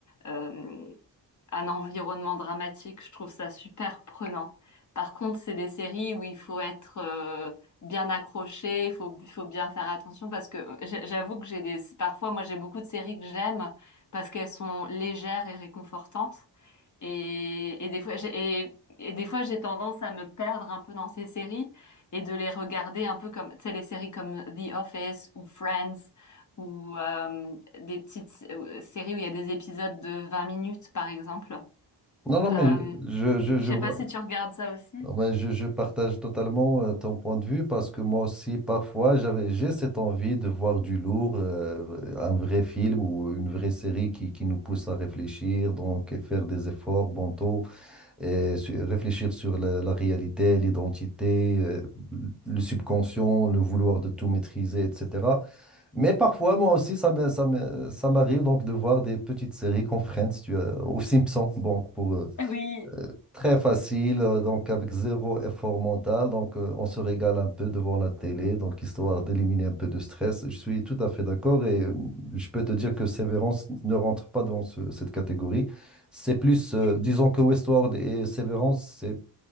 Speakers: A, on the left (about 45°); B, in the centre.
A: euh, un environnement dramatique. Je trouve ça super prenant. Par contre, c'est des séries où il faut être euh, bien accroché, il faut il faut bien faire attention parce que j'a- j'avoue que j'ai des parfois moi j'ai beaucoup de séries que j'aime parce qu'elles sont légères et réconfortantes. Et, et des fois, j'ai, et, et des fois, j'ai tendance à me perdre un peu dans ces séries et de les regarder un peu comme, tu sais, les séries comme The Office ou Friends ou euh, des petites s- euh, séries où il y a des épisodes de 20 minutes, par exemple.
B: Non, non,
A: Euh,
B: mais je, je, je
A: je sais
B: vois,
A: pas si tu regardes ça aussi.
B: non, mais je, je partage totalement euh, ton point de vue parce que moi aussi, parfois, j'avais, j'ai cette envie de voir du lourd, euh, un vrai film ou une vraie série qui, qui nous pousse à réfléchir, donc et faire des efforts mentaux et su- réfléchir sur la, la réalité, l'identité, euh, le subconscient, le vouloir de tout maîtriser, etc. Mais parfois, moi aussi, ça me, ça me- ça m'arrive donc de voir des petites séries qu'on freine, si tu veux, aux Simpsons, donc pour. euh,
A: Oui.
B: Très facile, euh, donc avec zéro effort mental. Donc, euh, on se régale un peu devant la télé, donc histoire d'éliminer un peu de stress. Je suis tout à fait d'accord et euh, je peux te dire que Severance ne rentre pas dans ce- cette catégorie. C'est plus, euh,
A: Oui.
B: disons que Westworld et Severance, c'est